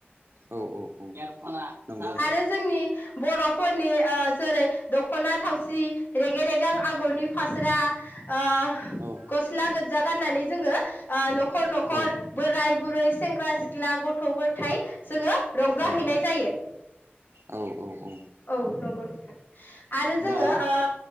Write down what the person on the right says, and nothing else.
औ औ औ नंगौ
औ
औ
औ
औ औ औ
दा